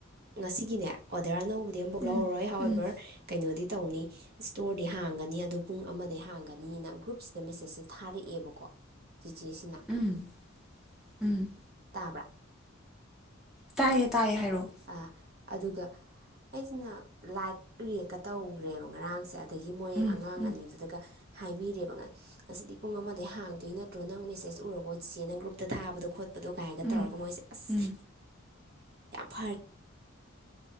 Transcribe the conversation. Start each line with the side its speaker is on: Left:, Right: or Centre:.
Right: ꯉꯁꯤꯒꯤꯅꯦ ꯑꯣꯗꯔ ꯑꯅꯧꯕ ꯑꯗꯤ ꯑꯃ ꯄꯣꯛ
Centre: ꯎꯝ
Right: ꯂꯧꯔꯔꯣꯏ ꯍꯥꯎꯋꯦꯕꯔ
Centre: ꯎꯝ
Right: ꯀꯩꯅꯣꯗꯤ ꯇꯧꯅꯤ ꯏꯁꯇꯣꯔꯗꯤ ꯍꯥꯡꯒꯅꯤ ꯑꯗꯣ ꯄꯨꯡ ꯑꯃꯗꯩ ꯍꯥꯡꯒꯅꯤꯅ ꯒ꯭ꯔꯨꯞꯁꯤꯗ ꯃꯦꯁꯦꯁꯁꯦ ꯊꯥꯔꯛꯑꯦꯕꯀꯣ ꯆꯤꯆꯦꯁꯤꯅ
Centre: ꯎꯝ ꯎꯝ
Right: ꯇꯥꯕ꯭ꯔꯥ
Centre: ꯇꯥꯏꯌꯦ ꯇꯥꯏꯌꯦ ꯍꯥꯏꯔꯛ
Right: ꯑꯥ ꯑꯗꯨꯒ ꯑꯩꯁꯤꯅ ꯂꯥꯏꯠ ꯔꯤꯌꯦꯛꯦꯛꯀ ꯇꯧꯈ꯭ꯔꯦꯕ ꯉꯔꯥꯡꯁꯦ ꯑꯗꯒꯤ ꯃꯣꯏ
Centre: ꯎꯝ
Right: ꯑꯉꯥꯡ
Centre: ꯎꯝ
Right: ꯑꯅꯤꯗꯨꯗꯒ ꯍꯥꯏꯕꯤꯔꯦꯕ ꯉ ꯑꯁꯤꯗꯤ ꯄꯨꯡ ꯑꯃꯗꯩ ꯍꯥꯡꯗꯣꯏ ꯅꯠꯇ꯭ꯔꯣ ꯅꯪ ꯃꯦꯁꯦꯁ ꯎꯔꯕ ꯑꯣꯏꯠꯁꯦ ꯅ ꯒ꯭ꯔꯨꯞꯇ ꯊꯥꯕꯗꯣ ꯈꯣꯠꯄ ꯍꯥꯠꯄꯗꯣꯒꯥꯏꯔꯒ
Centre: ꯎꯝ
Right: ꯇꯧꯔꯒ ꯃꯣꯏꯁꯦ ꯑꯁ
Centre: ꯎꯝ
Right: ꯌꯥ ꯐꯔ